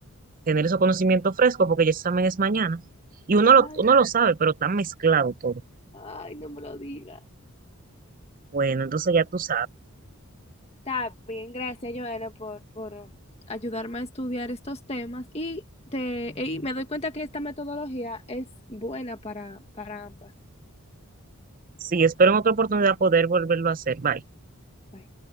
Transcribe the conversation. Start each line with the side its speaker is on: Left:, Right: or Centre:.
Right: tener esos conocimientos frescos, porque el examen es mañana. Y uno
Left: Ay,
Right: lo, uno lo sabe, pero está mezclado todo.
Left: ay, no me lo digas.
Right: Bueno, entonces ya tú sabes.
Left: Está bien, gracias, Joana, por, por ayudarme a estudiar estos temas y, te, y me doy cuenta que esta metodología es buena para, para ambas.
Right: Sí, espero en otra oportunidad poder volverlo a hacer. Bye.
Left: Bye.